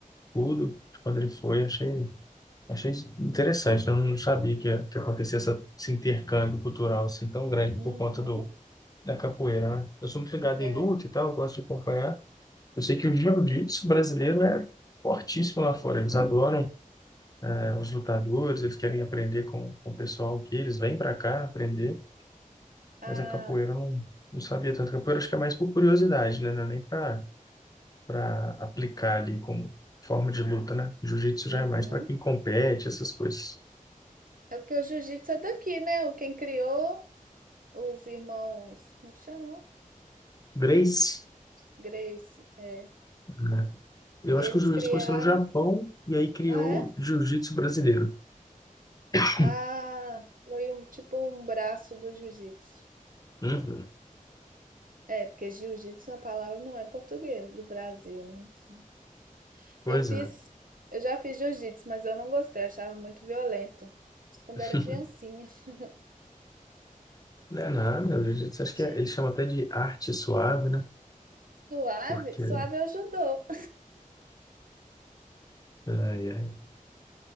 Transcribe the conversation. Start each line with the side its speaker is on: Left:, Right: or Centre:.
Left: tudo, quando ele foi, achei Achei interessante, eu não sabia que, ia- que acontecia essa, esse intercâmbio cultural assim tão grande
Right: Uhum,
Left: por conta do, da capoeira, né? Eu sou muito ligado
Right: é.
Left: em luta e tal, eu gosto de acompanhar. Eu sei que o jiu-jitsu brasileiro é fortíssimo lá fora, eles adoram, né, os lutadores, eles querem aprender com, com o pessoal que eles vêm para cá aprender,
Right: Ah,
Left: mas a capoeira eu não, não sabia tanto. A capoeira acho que é mais por curiosidade, né? Não é nem para para aplicar ali como forma de luta, né? Jiu-jitsu já
Right: uhum.
Left: é mais para quem compete, essas coisas.
Right: É porque o jiu-jitsu é daqui, né? O Quem criou, os irmãos, como que chama?
Left: Grace.
Right: Grace, é.
Left: né? Eu
Right: Eles
Left: acho que o jiu-jitsu
Right: criaram.
Left: começou no Japão e aí criou
Right: Ah, é?
Left: o jiu-jitsu brasileiro. <laughs>
Right: Ah, foi um, tipo um braço do jiu-jitsu.
Left: Uhum.
Right: É, porque jiu-jitsu é uma palavra não é português, do Brasil, né? Assim.
Left: Pois
Right: Eu fiz,
Left: é.
Right: eu já fiz jiu-jitsu, mas eu não gostei, eu achava muito violento. Isso Quando
Left: <laughs>
Right: era criancinha. <laughs>
Left: Não é nada, o jiu-jitsu acho que
Right: De-
Left: é, eles chamam até de arte suave, né?
Right: Suave,
Left: Porque
Right: suave é o judô.
Left: ai, ai.